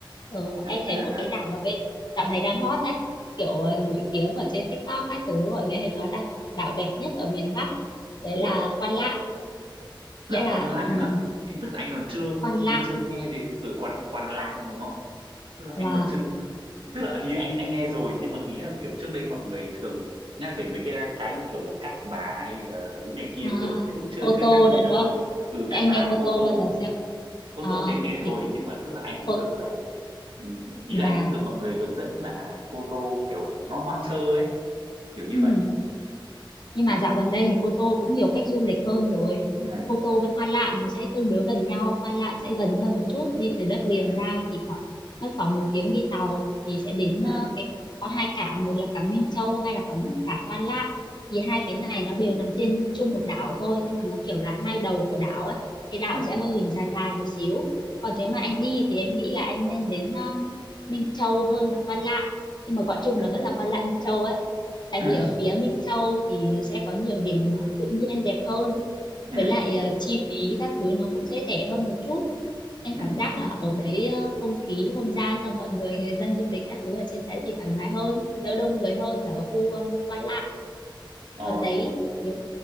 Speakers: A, on the left (about 55°); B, on the right (about 80°).
A: Ờ, em thấy
B: À,
A: một cái đảo mà bên dạo này đang hot ấy kiểu ờ, nổi tiếng ở trên TikTok các thứ mọi người hay nói là đảo đẹp nhất ở miền Bắc đấy
B: ui,
A: là Quan Lạn
B: đảo
A: nghĩa là
B: Quan Lạng
A: um,
B: á, Em- tức là anh còn chưa
A: Quan Lạn
B: anh chưa nghe đến ở Quan Quan Lạng đúng không? tức là
A: và
B: anh còn chưa tức là hình như anh anh nghe rồi nhưng mà ý là kiểu trước đây mọi người thường nhắc về mấy cái cái như kiểu là Cát Bà hay là cái này kia
A: à,
B: kiểu cũng chưa
A: Cô
B: chưa
A: Tô
B: nhắc nhiều
A: đã đúng không
B: ấy ừ
A: em
B: Cát Bà
A: nghe
B: với
A: Cô
B: Cô
A: Tô
B: Tô
A: bao giờ
B: ấy
A: chưa
B: Cô
A: Ờ,
B: Tô thì anh nghe rồi
A: thì
B: nhưng mà tức là anh cũng
A: cô
B: được là ừ, ý
A: và
B: là anh cũng được mọi người hướng dẫn là Cô Tô kiểu nó hoang sơ ấy kiểu như
A: ừ.
B: vậy
A: nhưng mà dạo gần đây thì Cô Tô cũng nhiều khách du lịch hơn rồi
B: ừ
A: Cô Tô với Quan Lạn nó sẽ tương đối gần nhau Quan Lạn sẽ gần hơn một chút đi từ đất liền
B: ừ
A: ra thì khoảng mất khoảng một tiếng đi tàu thì sẽ đến ờ,
B: ừ
A: cái có hai cảng một là cảng Minh Châu hay là cảng cảng Quan Lạn thì hai cái
B: ừ
A: này nó đều nằm trên chung một đảo thôi nhưng mà nó kiểu là hai đầu của đảo ấy cái đảo
B: ừ
A: sẽ hơi hình dài dài một xíu còn nếu mà anh đi thì em nghĩ là anh nên đến um, Minh Châu hơn là Quan Lạn nhưng mà gọi chung
B: ừ
A: nó vẫn là Quan Lạn Minh Châu ấy tại
B: ừ
A: vì ở phía Minh Châu thì ờ, sẽ có nhiều điểm ờ, tự nhiên đẹp hơn
B: ừ
A: với lại ờ, chi phí các thứ nó cũng sẽ rẻ hơn một chút em
B: ừ.
A: cảm giác là ở đấy ờ, không khí không gian cho mọi người người dân du lịch các thứ ở trên đấy thì thoải mái hơn đỡ đông người hơn là ở khu um, Quan Lạn
B: ờ
A: ở đấy nếu